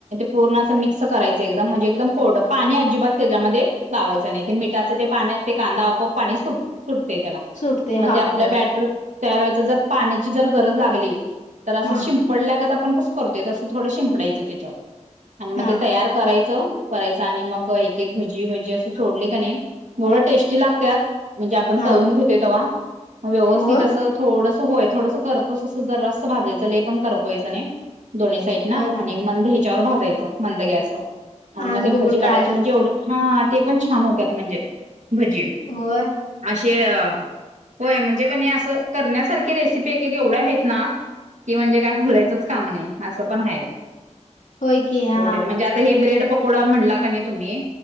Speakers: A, on the right; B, on the left.
A: पूर्ण अस मिक्स करायचं एकदम म्हणजे एकदम कोरडं पाणी अजिबात त्याच्यामध्ये लावायचं नाही मिठाच ते पाणी असते कांदा आपोआप पाणी सुटत त्याला
B: सुटते
A: म्हणजे
B: हा
A: आपलं
B: होय
A: बॅटर तयार व्हायच जर पाण्याची जर गरज लागली तर अस
B: हा
A: शिपंडल्यागत आप आपण कसं करतोय तसं थोडं शिंपडायचं त्याच्यावर आणि मग
B: हा
A: ते तयार करायचं करायच आणि मग एक-एक भजी-भजी असं सोडली का नाही एवढं टेस्टी लागत्यात म्हणजे आपण
B: हा
A: तळून घेतो तेव्हा व्यवस्थित
B: होय
A: असं थोड होय थोडस करपस असं जर अस भाजायचं लय पण करपवायचं नाही दोन्ही साईड ना
B: होय काय
A: आणि मंद ह्याच्यावर भाजायचं मंद गॅसवर आणि
B: आज
A: मग ते
B: बघू
A: भजी काढायचे
B: ट्राय
A: म्हणजे
B: करते.
A: एवढे हा ते पण छान होतात म्हणजे भजी
B: होय
A: असे अ होय म्हणजे कनाय असं करण्यासारखी रेसिपी एक-एक एवढ्या आहेत ना की म्हणजे काय बोलायचंच काम नाही असं पण आहे.
B: होय की हा
A: एवढे म्हणजे आता हे ब्रेड पकोडे म्हनला का नाय तुम्ही